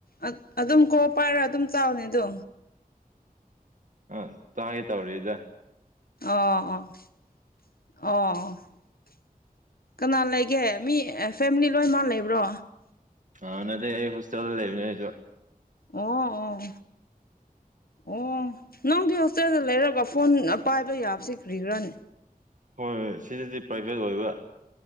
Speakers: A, on the left (about 80°); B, on the right (about 55°).
A: ꯑꯠ ꯑꯗꯨꯝ ꯀꯣꯜ‌ ꯄꯥꯏꯔ ꯑꯗꯨꯝ ꯆꯥꯎꯅꯦ ꯑꯗꯨ
B: ꯑ ꯆꯥꯒꯦ ꯇꯧꯔꯤꯏꯗ
A: ꯑꯣ ꯑꯣ ꯑꯣ ꯑꯣ ꯑꯣ ꯑꯣ ꯀꯅꯥ ꯂꯩꯒꯦ ꯃꯤ ꯑꯦ ꯐꯦꯃꯤꯂꯤ ꯂꯣꯏꯃꯛ ꯂꯩꯕ꯭ꯔꯣ
B: ꯑ ꯅꯗꯦ ꯑꯩ ꯍꯣꯁꯇꯦꯜꯗ ꯂꯩꯕꯅꯦ ꯑꯖꯨ
A: ꯑꯣ ꯑꯣ ꯑꯣ ꯑꯣ ꯅꯪꯗꯤ ꯍꯣꯁꯇꯦꯜꯗ ꯂꯩꯔꯒ ꯐꯣꯟ ꯄꯥꯏꯕ ꯌꯥꯕꯁꯤ ꯀ꯭ꯔꯤꯒꯤꯔꯅꯦ
B: ꯍꯣꯏ ꯁꯤꯗꯗꯤ ꯄ꯭ꯔꯥꯏꯚꯦꯠ ꯑꯣꯏꯕ